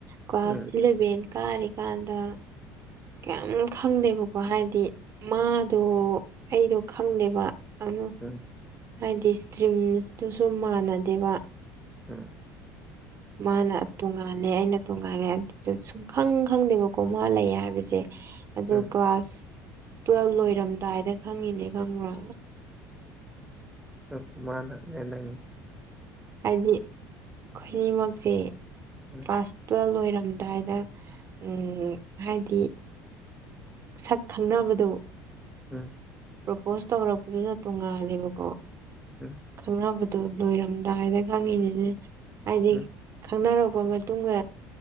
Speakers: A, on the right; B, in the centre.
A: ꯀ꯭ꯂꯥꯁ
B: ꯎꯝ
A: ꯏꯂꯚꯦꯟ ꯀꯥꯔꯤꯀꯥꯟꯗ ꯀꯌꯥꯝ ꯈꯪꯗꯦꯕꯀꯣ ꯍꯥꯏꯗꯤ ꯃꯥꯗꯣ ꯑꯩꯗꯣ ꯈꯪꯗꯦꯕ ꯑꯗꯨ
B: ꯎꯝ
A: ꯍꯥꯏꯗꯤ ꯏꯁꯇ꯭ꯔꯤꯝꯁꯇꯨꯁꯨ ꯃꯥꯟꯅꯗꯦꯕ
B: ꯎꯝ
A: ꯃꯥꯅ ꯇꯣꯉꯥꯜꯂꯦ ꯑꯩꯅ ꯇꯣꯉꯥꯜꯂꯦ ꯑꯗꯨꯗ ꯁꯨꯡ ꯈꯪ ꯈꯪꯗꯦꯕꯀꯣ ꯃꯥ ꯂꯩ ꯍꯥꯏꯕꯁꯦ ꯑꯗꯣ
B: ꯎꯝ
A: ꯀ꯭ꯂꯥꯁ ꯇꯨꯋꯦꯜꯕ ꯂꯣꯏꯔꯝꯗꯥꯏꯗ ꯈꯪꯉꯤꯅꯦ ꯈꯪꯕ꯭ꯔꯥ
B: ꯑ ꯃꯥꯥꯟꯅ ꯂꯩꯗꯥꯪꯅꯤ
A: ꯍꯥꯏꯗꯤ ꯑꯩꯈꯣꯏꯅꯤꯃꯛꯁꯦ
B: ꯎꯝ
A: ꯀ꯭ꯂꯥꯁ ꯇꯨꯌꯦꯞ ꯂꯣꯏꯔꯝꯗꯥꯏꯗ ꯎꯝ ꯍꯥꯏꯗꯤ ꯁꯛ ꯈꯪꯅꯕꯗꯣ
B: ꯎꯝ
A: ꯄ꯭ꯔꯣꯄꯣꯁ ꯇꯧꯔꯛꯄꯗꯨꯅ ꯇꯣꯡꯉꯥꯜꯂꯦꯕꯀꯣ
B: ꯎꯝ
A: ꯈꯪꯅꯕ ꯑꯗꯨ ꯂꯣꯏꯔꯝꯗꯥꯏꯅ ꯈꯪꯉꯤꯅꯤꯅꯦ ꯍꯥꯏꯗꯤ
B: ꯎꯝ
A: ꯈꯪꯅꯔꯛꯄ ꯃꯇꯨꯡꯗ